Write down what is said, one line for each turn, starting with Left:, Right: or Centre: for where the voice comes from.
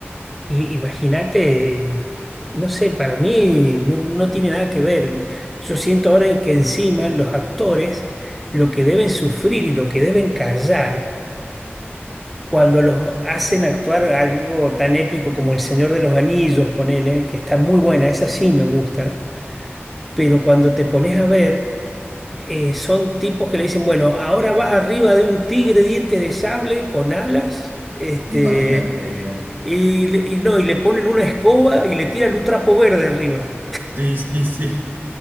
Centre: Y imagínate, no sé, para mí no, no tiene nada que ver. Yo siento ahora en que encima los actores lo que deben sufrir y lo que deben callar cuando los hacen actuar algo tan épico como El Señor de los Anillos, ponele, que está muy buena, esa sí me gusta, pero cuando te pones a ver, eh, son tipos que le dicen, bueno, ahora vas arriba de un tigre dientes de sable con alas. Este,
Right: Imagínatelo ya.
Centre: y, le- y no, y le ponen una escoba y le tiran un trapo verde arriba.
Right: Sí, sí, sí.